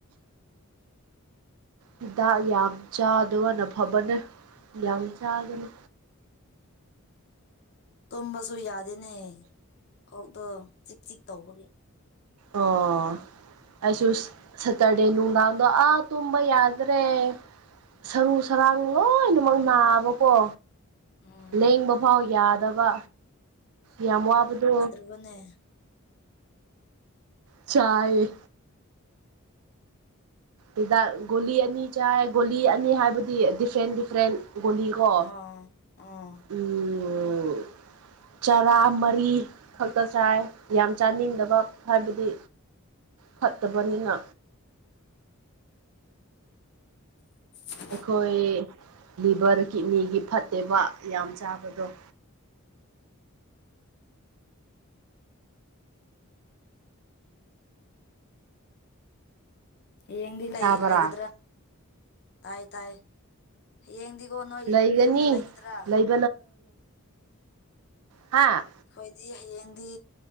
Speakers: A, on the right (about 85°); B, on the left (about 50°).
A: ꯍꯤꯗꯥꯛ ꯌꯥꯝ ꯆꯥꯗꯕꯅ ꯐꯕꯅꯦ ꯌꯥꯝ ꯆꯥꯒꯅꯨ
B: ꯇꯨꯝꯕꯁꯨ ꯌꯥꯗꯦꯅꯦ ꯀꯣꯛꯗꯣ ꯆꯤꯛ ꯆꯤꯛ ꯇꯧꯕꯒꯤ
A: ꯑꯣ ꯑꯩꯁꯨ ꯁꯦꯇꯔꯗꯦ ꯅꯨꯡꯗꯥꯡꯗꯣ ꯑꯥ ꯇꯨꯝꯕ ꯌꯥꯗ꯭ꯔꯦ ꯁꯔꯨ ꯁꯔꯥꯡ ꯂꯣꯏꯅꯃꯛ ꯅꯥꯕꯀꯣ
B: ꯎꯝ
A: ꯂꯦꯡꯕ ꯐꯥꯎ ꯌꯥꯗꯕ ꯌꯥꯝ ꯋꯥꯕꯗꯣ
B: ꯇꯧꯕꯅꯦ
A: ꯆꯥꯏ ꯍꯤꯗꯥꯛ ꯒꯨꯂꯤ ꯑꯅꯤ ꯆꯥꯏ ꯒꯣꯂꯤ ꯑꯅꯤ ꯍꯥꯏꯕꯗꯤ ꯗꯤꯐ꯭ꯔꯦꯟ ꯗꯤꯐ꯭ꯔꯦꯟ ꯒꯣꯂꯤ ꯀꯣ
B: ꯑꯥ ꯑꯥ
A: ꯎꯝ ꯆꯔꯥ ꯃꯔꯤ ꯈꯛꯇ ꯆꯥꯏ ꯌꯥꯝ ꯆꯥꯅꯤꯡꯗꯕ ꯍꯥꯏꯕꯗꯤ ꯐꯠꯇꯕꯅꯤꯅ
B: <inaudible>
A: ꯑꯩꯈꯣꯏ ꯂꯤꯚꯔ ꯀꯤꯠꯅꯤꯒꯤ ꯐꯠꯇꯦꯕ ꯌꯥꯝ ꯆꯥꯕꯗꯣ
B: ꯗꯌꯦꯡꯗꯤ ꯂꯩ
A: ꯇꯥꯕ꯭ꯔꯥ
B: ꯂꯩꯒꯗ꯭ꯔꯥ ꯇꯥꯏ ꯇꯥꯏ ꯍꯌꯦꯡꯗꯤꯒꯣ ꯅꯣꯏ
A: ꯂꯩꯒꯅꯤ
B: ꯌꯨꯝꯗ ꯂꯩꯒꯗ꯭ꯔꯥ
A: <unintelligible> ꯂꯩ ꯍꯥꯥ
B: ꯑꯈꯣꯏꯗꯤ ꯍꯌꯦꯡꯗꯤ